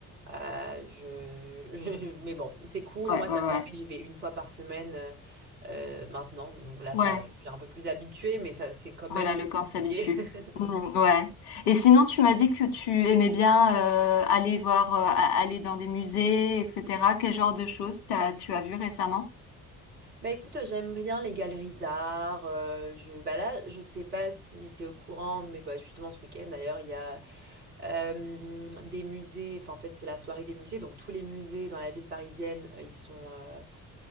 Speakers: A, on the right (about 85°); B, on the left (about 75°).
A: Euh, je... <laughs> Mais bon, c'est cool.
B: ouais,
A: Moi,
B: ouais.
A: ça me permet, j'y vais une fois par semaine euh, euh, maintenant. Donc là,
B: Ouais,
A: ça, je suis un peu plus habituée, mais ça, c'est quand même
B: voilà, le corps
A: compliqué.
B: s'habitue.
A: <laughs>
B: Mm, ouais. Et sinon, tu m'as dit que tu aimais bien euh, aller voir, euh, a- aller dans des musées, etc. Quel genre de choses t'as, tu as vu récemment?
A: Bah écoute, euh, j'aime bien les galeries d'art. euh, je... Bah là, je sais pas si tu es au courant, mais bah, justement, ce week-end, d'ailleurs, il y a euh, des musées. Enfin, en fait, c'est la soirée des musées. Donc, tous les musées dans la ville parisienne, euh, ils sont, euh,